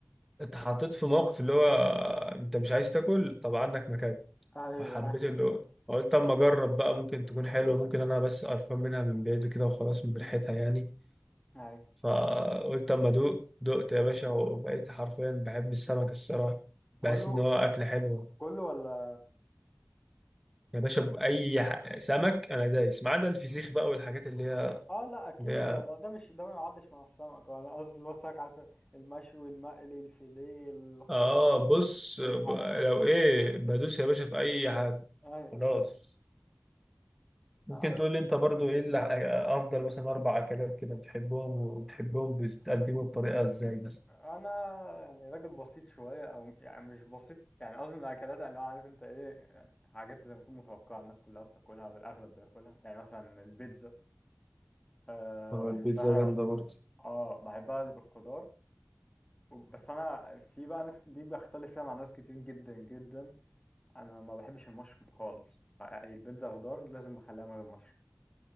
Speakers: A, in the centre; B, on the left (about 15°).
A: اتحطيت في موقف اللي هو انت مش عايز تاكل طب عندك مكان
B: ايوه
A: فحبيت اللي هو قلت اما اجرب بقى ممكن تكون حلوه ممكن انا بس قرفان منها من بعيد كده وخلاص من ريحتها يعني
B: ايوه
A: فقلت اما ادوق دقت يا باشا وبقيت حرفيا بحب السمك الصراحه بحس
B: كله
A: ان هو اكل حلو
B: كله ولا
A: يا باشا باي ح- سمك انا دايس ما عدا الفسيخ بقى والحاجات اللي هي
B: اه لا اكيد
A: اللي هي
B: اه لا ده مش ده ما يعدش مع السمك ولا قصدي اللي هو السمك عارف المشوي المقلي الفيليه الحاجات
A: اه بص ب...
B: اي حاجة بقى.
A: لو ايه بدوس يا باشا في اي حاجه
B: ايوه
A: خلاص ممكن
B: آه،
A: تقول لي انت برضو ايه اللي افضل مثلا اربع اكلات كده بتحبهم وبتحبهم بتقدمه بطريقه ازاي مثلا
B: انا يعني راجل بسيط شويه او يعني مش بسيط يعني قصدي من الاكلات اللي هو عارف انت ايه يعني حاجات زي ما تكون متوقعه الناس كلها بتاكلها والاغلب بياكلها يعني مثلا البيتزا أه
A: اه
B: بحبها
A: البيتزا جامدة برضه
B: اه بحبها اللي بالخضار وب- بس انا في بقى ناس دي بختلف فيها مع ناس كتير جدا جدا انا ما بحبش المشروم خالص يعني البيتزا خضار لازم بخليها من غير مشروم